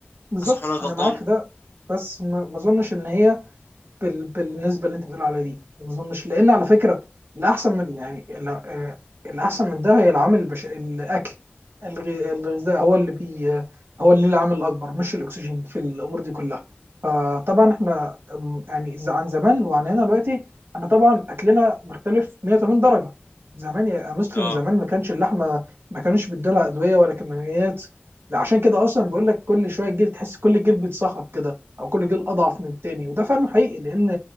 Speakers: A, on the right; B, on the left.
A: بالظبط
B: صح ولا أنا
A: انا
B: غلطان
A: معاك في ده بس ما ما اظنش ان هي بال... بالنسبه اللي انت بتقول عليها دي ما اظنش لان على فكره الاحسن من يعني ال- آه، الاحسن من ده هي العامل البش... الاكل الغ- الغذاء هو اللي بي هو اللي ليه العامل الاكبر مش الاكسجين في الامور دي كلها فطبعا احنا أم، يعني إذا عن زمان وعن هنا دلوقتي انا طبعا اكلنا مختلف 180 درجه زمان يا مسلم
B: اه
A: زمان ما كانش اللحمه ما كانوش بيدولها ادويه ولا كيماويات عشان كده اصلا بقول لك كل شويه الجلد تحس كل الجلد بيتصخط كده او كل جيل اضعف من التاني وده فعلا حقيقي لان